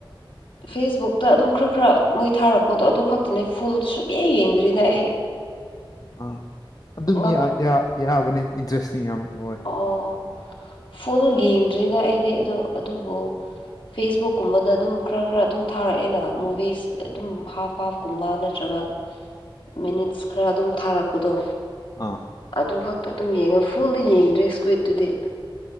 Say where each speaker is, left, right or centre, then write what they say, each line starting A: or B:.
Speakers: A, on the left; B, on the left.
A: ꯐꯦꯁꯕꯨꯛꯇ ꯑꯗꯨꯝ ꯈꯔ ꯈꯔ ꯃꯣꯏ ꯊꯥꯔꯛꯄꯗꯣ ꯑꯗꯨ ꯈꯛꯇꯅꯦ ꯐꯨꯜ ꯁꯨꯛꯌꯦ ꯌꯦꯡꯗ꯭ꯔꯤꯗ ꯑꯩ
B: ꯑꯥ ꯑꯗꯨꯝ
A: ꯉꯛ
B: ꯌꯥ ꯌꯥ ꯌꯥꯕꯅꯤ ꯏꯟꯇꯔꯦꯁꯇꯤꯡ ꯌꯥꯝ ꯑꯣꯏ
A: ꯑꯣ ꯐꯨꯜ ꯌꯦꯡꯗ꯭ꯔꯤꯗ ꯑꯩꯗꯤ ꯑꯗꯣ ꯑꯗꯨꯕꯨ ꯐꯦꯁꯕꯨꯛ ꯀꯨꯝꯕꯗ ꯑꯗꯨꯝ ꯈꯔ ꯈꯔ ꯑꯗꯨꯝ ꯊꯥꯔꯛꯑꯦꯅ ꯃꯨꯚꯤꯁ ꯑꯗꯨꯝ ꯍꯥꯐ ꯍꯥꯐ ꯀꯨꯝꯕ ꯅꯠꯇ꯭ꯔꯒ ꯃꯤꯅꯤꯠꯁ ꯈꯔ ꯑꯗꯨꯝ ꯊꯥꯔꯛꯄꯗꯣ
B: ꯑꯥ
A: ꯑꯗꯨ ꯈꯛꯇ ꯑꯗꯨꯝ ꯌꯦꯡꯉ ꯐꯨꯜꯗꯤ ꯌꯦꯡꯗ꯭ꯔꯤ ꯁꯀ꯭ꯋꯤꯠꯇꯨꯗꯤ